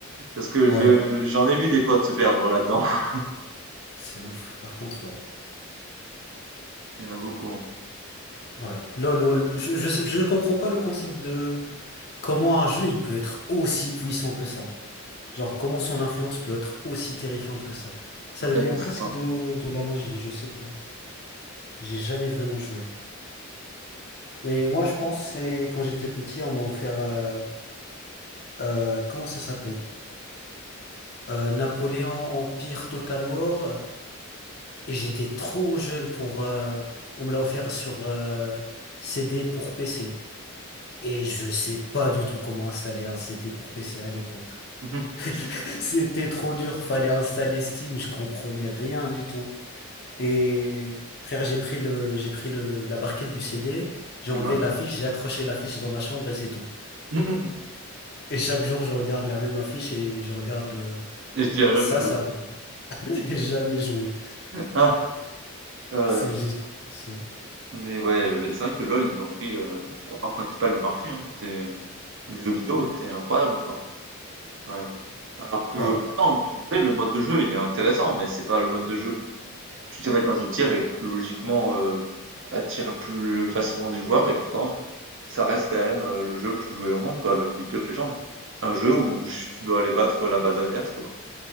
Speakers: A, on the right; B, on the left.
A: Parce que
B: ouais.
A: je j'en ai vu des potes se perdre là-dedans. <laughs>
B: C'est ouf. Par contre, ouais.
A: Il y en a beaucoup. hein.
B: Ouais. LOL, lol. Je, je, je comprends pas le concept de comment un jeu, il peut être aussi puissant que ça. Genre, comment son influence peut être aussi terrifiante que ça. Ça
A: Ouais,
B: devient
A: je sais
B: presque
A: pas.
B: de, de la magie, je sais pas. J'ai jamais vraiment joué. Et moi, je pense, c'est quand j'étais petit, on m'a offert. euh, euh, comment ça s'appelle? Euh, Napoléon Empire Total War. euh, Et j'étais trop jeune pour. euh, on me l'a offert sur euh, CD pour PC. Et je sais pas du tout comment installer un CD pour PC à l'époque.
A: <laughs>
B: <laughs> C'était trop dur, fallait installer Steam, je comprenais rien du tout. Et frère, j'ai pris le, j'ai pris le, la barquette du CD, j'ai
A: Mhm.
B: enlevé
A: Ouais.
B: l'affiche, j'ai accroché l'affiche dans ma chambre et c'est tout.
A: Mhm.
B: Et chaque jour, je regarde la même affiche et je regarde le...
A: Et je n'y ai jamais
B: Ça,
A: joué.
B: ça J'ai jamais joué.
A: Ah, euh,
B: C'est j'ai trop. c'est-
A: mais ouais, le- c'est vrai que LOL, ils ont pris euh, la part principale du marché. Hein. C'est du jeu vidéo, c'est incroyable ça, quand même. Alors que
B: Ouais,
A: pourtant, tu disais, le mode de jeu, il est intéressant, mais c'est pas le mode de jeu Tu dirais qu'un jeu de tir est plus logiquement, heu, attire plus facilement des joueurs et pourtant, ça reste quand même, heu, le jeu plus joué au monde quoi, le League of Legends. Un jeu où ch tu dois aller battre la base adverse quoi.